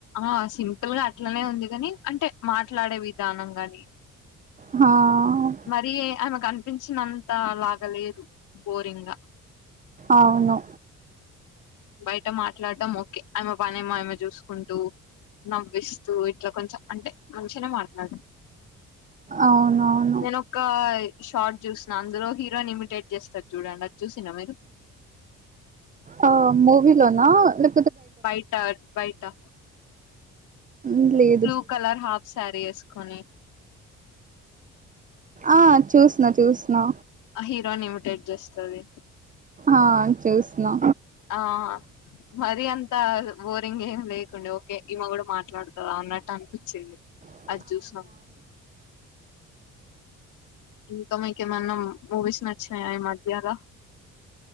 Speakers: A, on the left (about 85°); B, on the right (about 25°).
A: ఆ సింపుల్ గా అట్లనే ఉంది గాని అంటే మాట్లాడే విధానం గాని
B: హ ఆ
A: మరి ఆమెకనిపించినంత లాగ లేదు బోరింగా
B: అవును
A: బయట మాట్లాడటం ఓకే ఆమె పని ఏమో చూసుకుంటూ నవ్విస్తూ ఇట్లా కొంచెం అంటే మంచినే మాట్లాడ
B: అవునవును
A: నేను ఒక షార్ట్ చూసిన అందులో హీరోన్ ఇమిటేట్ చేస్తార్ చూడండి అది చూసినా మీరు
B: ఆ మూవీ లోనా లే
A: బయటా బయటా
B: మ్ లేద్
A: బ్లూ కలర్ హాఫ్ శారీ ఎసుకొని
B: ఆ చూసిన్నా చూసిన్నా
A: ఆ హీరోయిన్ నిమిటేట్ చేస్తది
B: ఆ చూసిన్నా
A: ఆ మరి అంత బోరింగ్ ఏం లేకుండే ఓకే ఈమ గూడా మాట్లాడుతదా అన్నట్టు అనిపించింది
B: అ
A: అజుసినామ్ ఇంకా మీకేమన్నాం మూవీస్ నచ్చినాయ ఈ మధ్యగ